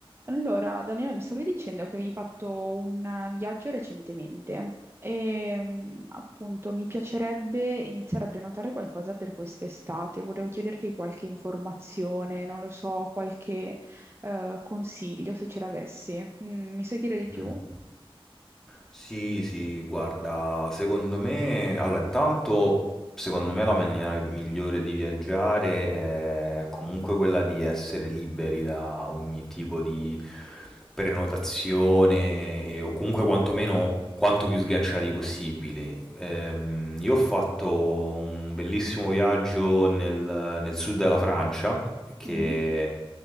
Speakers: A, on the right; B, in the centre.
A: Allora, Daniele, mi stavi dicendo che avevi fatto un eh, viaggio recentemente e mm, appunto mi piacerebbe iniziare a prenotare qualcosa per quest'estate. Volevo chiederti qualche informazione, non lo so, qualche eh, consiglio se ce l'avessi. Mm, mi sai dire di più?
B: Mh. Sì, sì, guarda, secondo me allora intanto, secondo me la maniera migliore di viaggiare è comunque quella di essere liberi da ogni tipo di prenotazione eh, o comunque quantomeno quanto più sganciati possibili. Ehm, io ho fatto un bellissimo viaggio nel, nel sud della Francia che
A: Mhm,